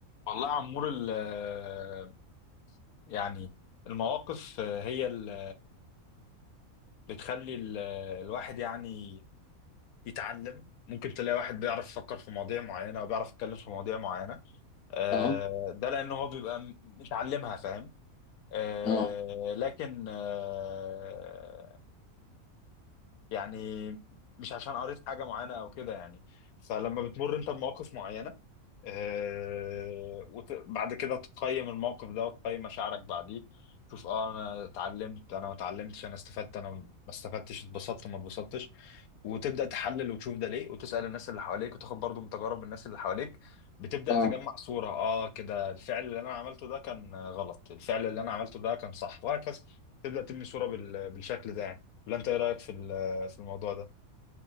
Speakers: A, on the left; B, on the left.
A: والله يا عمور ال- يعني المواقف هي اللي بتخلي ال- الواحد يعني يتعلم ممكن تلاقي واحد بيعرف يفكر في مواضيع معينة وبيعرف يتكلم في مواضيع معينة آه،
B: اه
A: ده لأن هو بيبقى م- متعلمها فاهم آه،
B: اه
A: لكن آه، يعني مش عشان قريت حاجة معينة أو كده يعني فلما بتمر أنت بمواقف معينة آه، وبعد كده تقيم الموقف ده وتقيم مشاعرك بعديه تشوف اه انا اتعلمت انا ما اتعلمتش انا استفدت انا ما استفدتش اتبسطت ما اتبسطتش وتبدا تحلل وتشوف ده ليه وتسال الناس اللي حواليك وتاخد برضو من تجارب الناس اللي حواليك بتبدا
B: اه
A: تجمع صوره اه كده الفعل اللي انا عملته ده كان غلط الفعل اللي انا عملته ده كان صح وهكذا تبدا تبني صوره بال... بالشكل ده يعني ولا انت ايه رايك في ال- في الموضوع ده؟